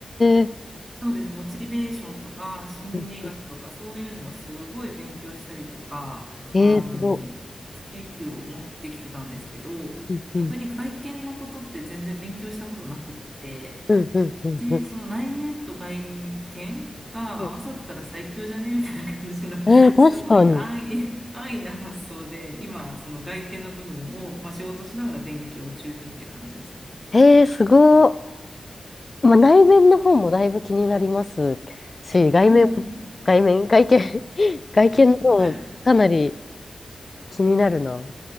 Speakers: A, on the left (about 40°); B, on the right (about 25°).
A: えー、
B: そうです。モチベーションとか、心理学とか、
A: うんうん
B: そういうのはすごい勉強したりとか、
A: えー、
B: あの、
A: すご
B: スキルを持ってきてたんですけど、
A: い。うんうん。
B: 逆に外見のことって全然勉強したことなくって、
A: うんうんうんう
B: で、その内面と外見が合わさったら最強じゃねみたいな感じの、
A: ん。
B: <laughs>
A: ええー、確かに。
B: すごい安易、安易な発想で、今、その外見の部分を、まあ、仕事しながら勉強中っていう感じですね。
A: へえ、すごー。まあ、内面の方もだいぶ気になりますし、外面、
B: うんうん
A: 外面、外見、<laughs> 外見の方もかなり
B: はい。
A: 気になるな。